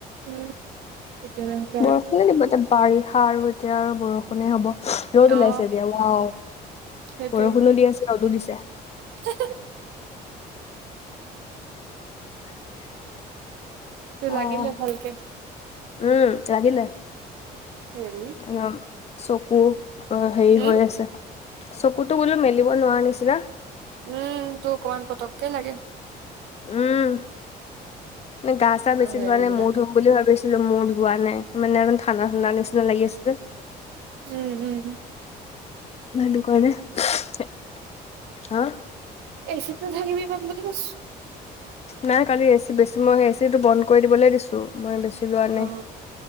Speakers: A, on the right; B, on the left.
A: উম। <unintelligible>
B: বৰষুণে দিব এতিয়া বাৰিষা আৰু এতিয়া আৰু বৰষুণে হ'ব। ৰ'দ ওলাইছে
A: অ
B: এতিয়া ৱাও
A: সেইটোৱে
B: বৰষুণো দি আছে ৰ'দো দিছে।
A: <inaudible> <inaudible> লাগিলে
B: আহ
A: ভালকে।
B: উম লাগিলে
A: হেৰি
B: উ <inaudible> চকু। অ হেৰি
A: উম
B: হৈ আছে, চকুতো বোলো মেলিব নোৱাৰা নিছিনা।
A: উম তোৰ অকমান পতককে লাগে।
B: উম গা চা বেছি
A: হেৰি
B: ধোৱা নাই
A: বিলাক
B: মূৰ ধো। বুলি ভাবিছিলো মোৰ ধোৱা নাই, মানে অকন ঠাণ্ডা ঠাণ্ডা নিচিনা লাগি আছিলে।
A: উম উম।
B: হেটো কাৰণে <unintelligible> হা?
A: এচিতো <unintelligible> বোলি কৈছো।
B: নাই কালি এচি বেছি মই এচিটো বন্ধ কৰি দিবলে দিছো মই বেছি লোৱা নাই।
A: অ